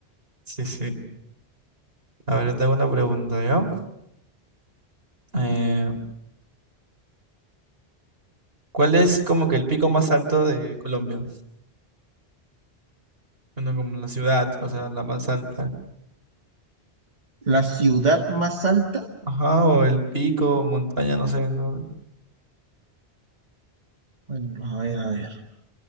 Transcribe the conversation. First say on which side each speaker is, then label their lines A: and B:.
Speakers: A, on the right (about 65°); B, on the right (about 45°).
A: Sí, sí. A ver, te hago una pregunta, ¿ya? Eh, ¿cuál es como que el pico más alto de Colombia? Bueno, como la ciudad, o sea, la más alta.
B: La ciudad más alta.
A: Ajá, o el pico, montaña, no sé. ¿no?
B: Bueno, a ver, a ver.